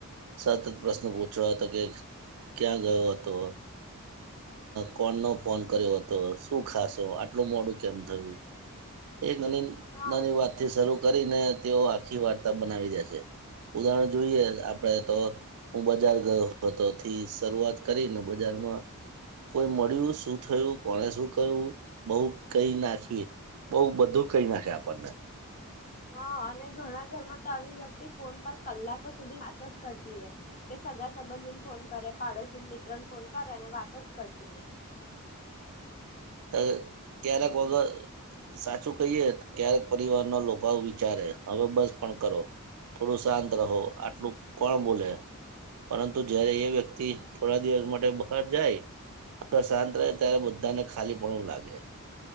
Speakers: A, on the right; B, on the left.
A: સતત પ્રશ્ન પૂછ્યો હતો કે, ક્યાં ગયો હતો? કોણ નો ફોન કર્યો હતો? શું ખાસ. તો, આટલું મોડું કેમ થયું? એક નની
B: હા
A: નાની વાત થી શરૂ. કરીને તેઓ આખી વાર્તા બનાવી દે છે. ઉદાહરણ જોઈએ આપડે તો, હું બજાર ગયો હતોથી શરૂઆત કરીને, બજારમાં કોઈ મળ્યું શું થયું કોને શું કહ્યું બઉ કઈ નાખી. બઉ બધું કઈ નાખે આપણને.
B: હા, અને ઘણા ઘર માં તો આવી વ્યક્તિ. ફોન પર કલાકો સુધી વાતો જ કરતી રે, કે સગા સંબંધી ફોન કરે. પાડોશી ને રણ ફોન કર. અને વાતો જ કર. તીરે
A: તો ક્યારેક વગર સાચું કહીએ ક્યારેક પરિવારના લોકો આવું વિચારે હવે બસ પણ કરો થોડું શાંત રહો આટલું કોણ બોલે પરંતુ જયારે એ વ્યક્તિ થોડા દિવસ માટે બહાર જાય શાંત રહે ત્યારે બધાને ખાલી પનું લાગે.